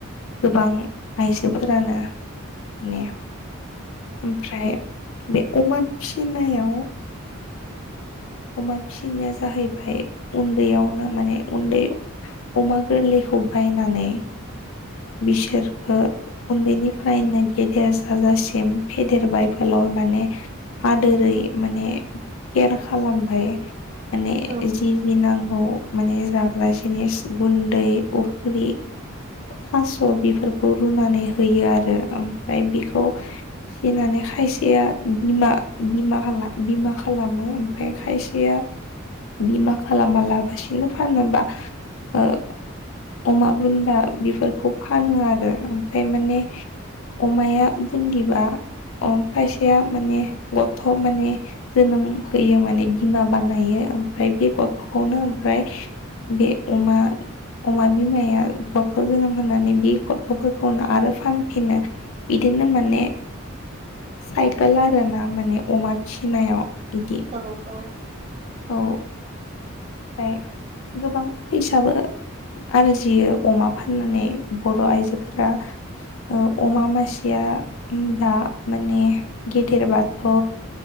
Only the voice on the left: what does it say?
गोबां आइजोफोरानो माने ओमफ्राय बे अमा फिनायाव अमा फिसिनाया जाहैबाय उन्दैयावनो माने उन्दै अमा गोरलैखौ बायनानै बिसोरखो उन्दैनिफ्रायनो गेदेर जाजासिम फेदेरबाय फोलावबाय माने आदोरै माने केयार खालामबाय। माने
जि जि नांगौ माने जाग्रा जिनिस गुन्दै उफ्रि थास' बेफोरखौ रुनानै होयो आरो। ओमफाय बेखौ फिनानै खायसेया बिमा बिमा बिमा खालामो ओमफ्राय खायसेया बिमा खालामा लाबसिनो फानोबा ओ अमा बुन्दा बेफोरखौ फानो आरो ओमफ्राय माने अमाया बुन्दिबा खायसेया माने गथ' माने जोनोम होयो माने बिमा बानायो ओमफ्राय बे गथ'खौनो ओमफ्राय बे अमा अमा बिमाया। गथ' जोनोम होनानै बि गफ'फोरखौनो आरो फानफिनो बिदिनो माने साइकेल आर ना माने अमा फिनायाव इदि
औ। ओमफ्राय गोबां फैसाबो। आरजियो अमा फाननानै बर' आइजोफोरा अमा मासिया दा माने गेदेर बाथ'